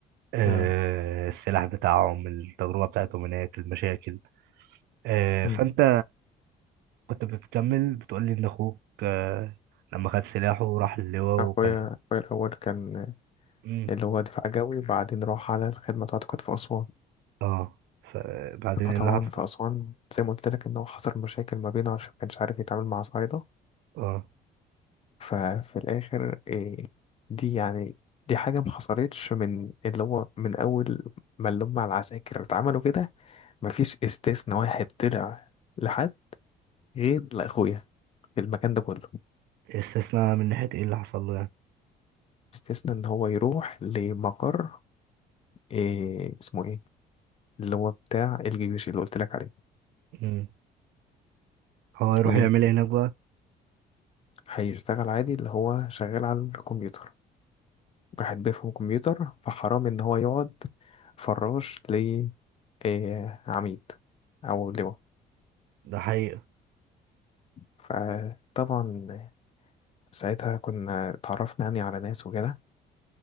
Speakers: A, on the right; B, on the left.
A: آه،
B: آه،
A: السلاح بتاعهم التجربة بتاعتهم هناك المشاكل آه،
B: مم.
A: فانت كنت بتكمل بتقول لي ان اخوك آه، لما خد سلاحه وراح اللواء وكان
B: اخويا اخويا الاول كان
A: مم.
B: اللي هو دفاع جوي وبعدين راح على الخدمه بتاعته كانت في اسوان
A: اه فبعدين
B: فطبعا
A: ايه اللي حصل؟
B: في اسوان زي ما قلت لك ان هو حصل مشاكل ما بينه عشان ما كانش عارف يتعامل مع صعايده
A: اه
B: ففي الاخر إيه دي يعني دي حاجه ما حصلتش من اللي هو من اول ما اللي هم العساكر اتعملوا كده مفيش استثناء واحد طلع لحد غير لاخويا في المكان ده كله
A: استثناء من ناحية ايه اللي حصل له يعني؟
B: استثناء ان هو يروح لمقر إيه اسمه ايه اللي هو بتاع الجيوش اللي قلت لك عليه
A: مم. هو يروح
B: ليه
A: يعمل ايه هناك بقى؟
B: هيشتغل عادي اللي هو شغال على الكمبيوتر واحد بيفهم كمبيوتر فحرام ان هو يقعد فراش ل آه، عميد او لواء
A: ده حقيقة
B: فطبعا ساعتها كنا اتعرفنا يعني على ناس وكده